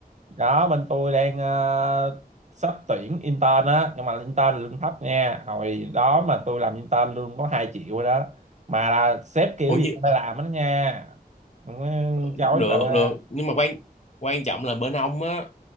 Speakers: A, on the right; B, on the left.
A: đó bên tôi đang ờ, sắp tuyển intern á nhưng mà intern lương thấp nha hồi đó mà tôi làm intern lương có 2 triệu rồi đó mà là sếp kiểu
B: Ủa như
A: gì cũng phải làm hết đó nha không có
B: ờ,
A: chối
B: được
A: bà ba
B: được nhưng mà quan quan trọng là bên ông á